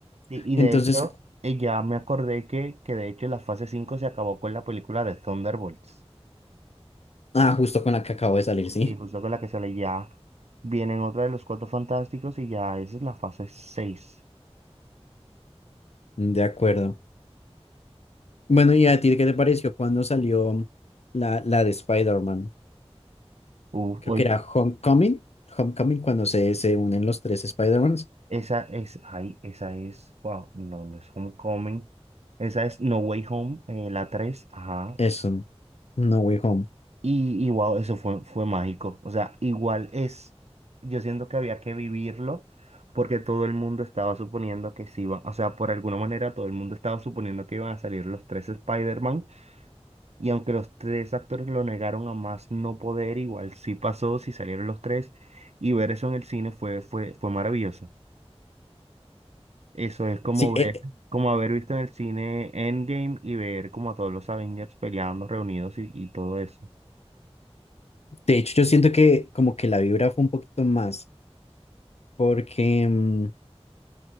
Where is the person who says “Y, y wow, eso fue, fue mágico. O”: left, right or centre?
Right